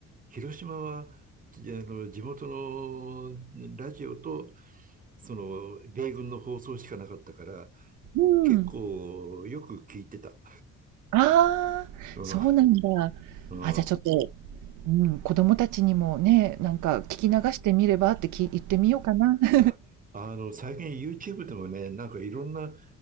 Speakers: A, on the right; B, on the right.
A: 広島は、じあの、地元のラジオと、その、米軍の放送しかなかったから、
B: うん。
A: 結構よく聞いてた。
B: ああ、
A: うん、
B: そうなんだ。
A: うん。
B: あ、じゃ、あちょっと、うん、子供たちにもね、なんか聞き流してみればってき言ってみようかな。<laughs>
A: あ、あの、最近 YouTube でもね、なんかいろんな